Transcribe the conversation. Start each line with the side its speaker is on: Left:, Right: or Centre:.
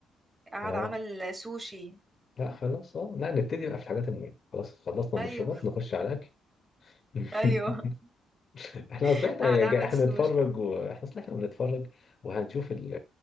Right: قعد
Left: اه
Right: عمل سوشي
Left: لا خلاص اه لا نبتدي بقى في الحاجات المهمة خلاص خلصنا
Right: ايوه
Left: المشروبات نخش على الأكل <laughs>
Right: ايوه
Left: احنا اصل
Right: <laughs>
Left: احنا
Right: قعد
Left: يا
Right: عمل
Left: جا- احنا
Right: سوشي
Left: نتفرج واحنا اصل احنا بنتفرج وهنشوف ال-